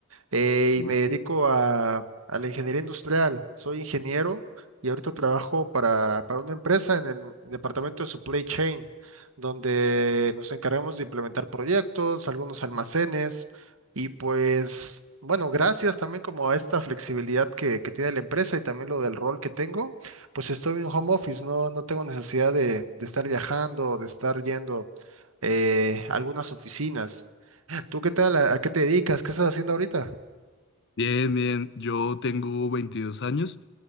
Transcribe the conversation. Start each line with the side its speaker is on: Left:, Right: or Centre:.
Right: eh,
Left: Sí.
Right: y me dedico a, a la ingeniería industrial. Soy ingeniero y ahorita trabajo para, para una empresa en el departamento de supply chain, donde nos encargamos de implementar proyectos, algunos almacenes y pues, bueno, gracias también como a esta flexibilidad que, que tiene la empresa y también lo del rol que tengo, pues estoy en home office, no, no tengo necesidad de, de estar viajando, o de estar yendo. eh, a algunas oficinas. ¿Tú qué tal? ¿A, a qué te dedicas? ¿Qué estás haciendo ahorita?
Left: Bien, bien, yo tengo 22 años